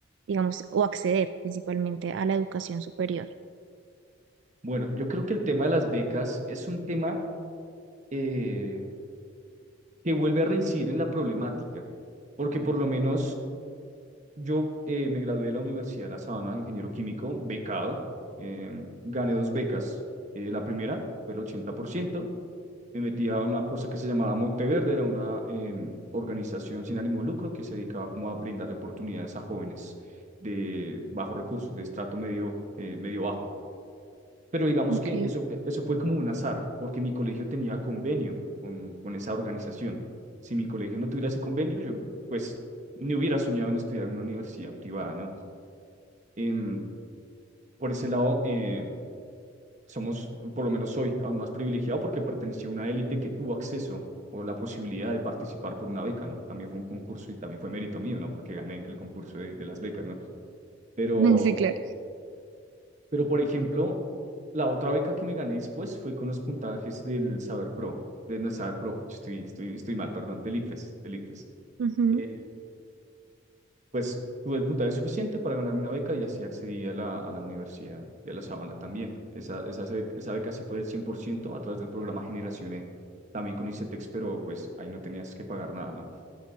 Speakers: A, on the right; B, on the right.
A: digamos, o acceder principalmente a la educación superior.
B: Bueno, yo creo que el tema de las becas es un tema... eh, que vuelve a reincidir en la problemática, porque por lo menos yo eh, me gradué de la Universidad de La Sabana de ingeniero químico, becado, eh, gané dos becas, eh, la primera fue el ochenta por ciento, me metí a una cosa que se llamaba Monteverde, era una em, organización sin ánimo de lucro que se dedicaba como a brindarle oportunidades a jóvenes de bajos recursos, de estrato medio, eh, medio bajo. Pero digamos
A: Ok,
B: que eso, eh, eso fue como un azar, porque mi colegio tenía convenio con, con esa organización. Si mi colegio no tuviera ese convenio, yo pues ni hubiera soñado en estudiar en una universidad privada, ¿no? Em, por ese lado, eh, somos, por lo menos soy, aún más privilegiado porque pertenecí a una élite que tuvo acceso o la posibilidad de participar por una beca, ¿no? También fue un concurso y también fue mérito mío, ¿no? Porque gané el concurso de, de las becas, ¿no? Pero,
A: <laughs> sí, claro.
B: Pero, por ejemplo, la otra beca que me gané después fue con los puntajes del Saber Pro, de no, Saber Pro, yo estoy, estoy, estoy mal, perdón, del ICFES, del ICFES.
A: Ujú,
B: Eh, pues tuve el puntaje suficiente para ganarme una beca y así accedí a la, a la Universidad de La Sabana también. Esa, esa, se- esa beca sí fue del 100% a través del programa Generación E, también con ICETEX, pero pues ahí no tenías que pagar nada, ¿no?